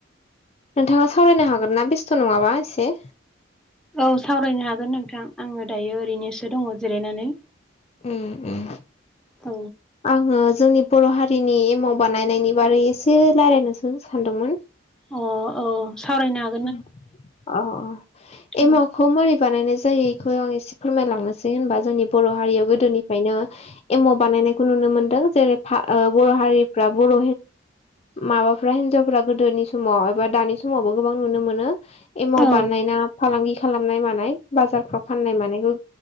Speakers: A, on the left; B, in the centre.
A: नोंथाङा सावरायनो हागोन ना बेस्थ' नङाबा एसे
B: औ सावरायनो हागोन नोंथां आङो दायो ओरैनोसो दङ जिरायनानै
A: उम उम
B: औ
A: आङो जोंनि बर' हारिनि एमाव बानायनायनि बारै एसे रायजलायनोसो सानदोंमोन
B: अ औ सावरायनो हागो
A: उम अ अ एमावखौ
B: औ
A: मोरै बानायनाय जायो खौ आं एसे फोरमायलांनोसै होनबा जोंनि बर' हारियाव गोदोनिफ्रायनो एमाव बानायनायखौ नुनो मोनदों जेरै बा ओ बर' हारि फ्रा बर' माबाफ्रा हिनजावफ्रा गोदोनि समाव एबा दानि समावबो गोबां नुनो मोनो एमाव
B: औ
A: बानायना फालांगि खालामनाय मानाय बाजारफ्राव फाननाय मानायखौ